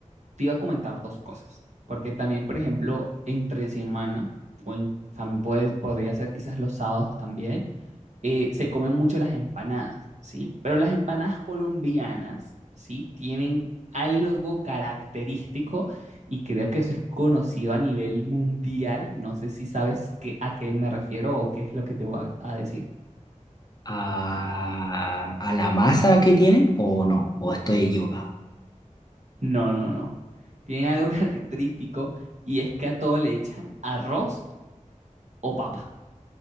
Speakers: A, on the right; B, on the left.
A: te iba a comentar dos cosas, porque también, por ejemplo, entre semana, o en- también puede, podría ser quizás los sábados también, eh, se comen mucho las empanadas, ¿sí? Pero las empanadas colombianas, ¿sí? Tienen algo característico y creo que eso es conocido a nivel mundial. No sé si sabes qué- a qué me refiero o qué es lo que te voy a, a decir.
B: a, a la masa que tienen, o no, o estoy equivocado.
A: No, no, no. Tienen algo <laughs> característico y es que a todo le echan arroz o papa,